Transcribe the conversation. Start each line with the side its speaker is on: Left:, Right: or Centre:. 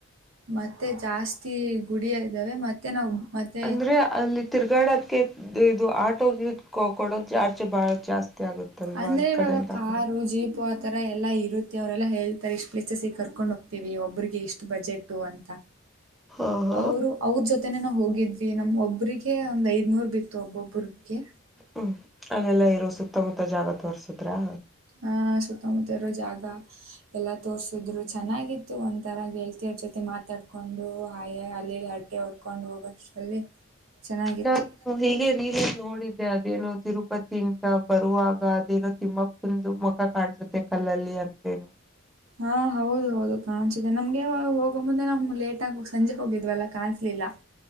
Right: ಮತ್ತೆ ಜಾಸ್ತಿ ಗುಡಿಯ ಇದ್ದಾವೆ ಮತ್ತೆ ನಾವು ಮತ್ತೆ
Centre: ಅಂದ್ರೆ ಅಲ್ಲಿ ತಿರ್ಗಾಡೋಕ್ಕೆ ಇದು ಆಟೋ ಕೊಡೋ ಚಾರ್ಜ್ ಬಹಳ ಜಾಸ್ತಿ ಆಗುತ್ತಲ್ವಾ
Right: ಅಂದ್ರೆ
Centre: ಈ
Right: ಇವಾಗ
Centre: ಕಡೆಯಿಂದ
Right: ಕಾರು
Centre: ಆ ಕಡೆ
Right: ಜೀಪು ಅ ತರ ಎಲ್ಲಾ ಇರುತ್ತೆ ಅವರೆಲ್ಲ ಹೇಳ್ತಾರೆ ಇಷ್ಟ್ ಪ್ಲೇಸಸ್ಿಗೆ ಕರ್ಕೊಂಡ್ ಹೋಗ್ತೀವಿ ಒಬ್ಬ್ರಿಗೆ ಇಷ್ಟು ಬಜೆಟು ಅಂತ
Centre: ಹಾ ಹಾ
Right: ಅವರು ಅವ್ರ ಜೊತೆನೆೇ ನಾ ಹೋಗಿದ್ವಿ ನಮ ಒಬ್ರಿಗೆ ಒಂದ್ ಐದ್ನೂರ್ ಬಿತ್ತು ಒಬ್ಬೊಬ್ರಿಗೆ
Centre: ಹ್ಞ ಅಲ್ಲೆಲ್ಲ ಇರೋ ಸುತ್ತಮುತ್ತ ಜಾಗ ತೋರ್ಸದ್ರಾ
Right: ಹಾ ಸುತ್ತಮುತ್ತರ ಜಾಗಾ ಎಲ್ಲಾ ತೋರ್ಸಿದ್ರು ಚೆನ್ನಾಗಿತ್ತು ಒಂದ ತರ ಗೆಳ್ತಿಯವ ಜೊತೆ ಮಾತಾಡ್ಕೊಂಡು ಆಯ ಅಲ್ಲಿ ಹೊಡ್ಕೊಂಡ್ ಹೋಗಷ್ಟ ಅಲ್ಲಿ ಚೆನ್ನಾಗಿತ್ತು
Centre: ನಾನು ಹೀಗೆ ರೀ ನೋಡಿದ್ದೆ ಅದೇನೋ ತಿರುಪತಿ ಅಂತ ಬರುವಾಗ ಅದೇನೋ ತಿಮ್ಮಪ್ಪ ಕುಂದು ಮುಖ ಕಾಣಸುತ್ತೆ ಕಲ್ಲಲ್ಲಿ ಅಂತೇನು
Right: ಹಾ ಹೌದು ಹೌದು ಕಾಣ್ಿಸಿದೆೆ ನಮಗೆಾಗ ಹೋಗ ಮುಂದೆ ನಮ್ ಲೇಟ್ ಆಗ ಸಂಜೆೆಗೆ ಹೋಗಿದ್ವಲ್ಲಾ ಕಾಣ್ಲಿಲ್ಲ <inaudible>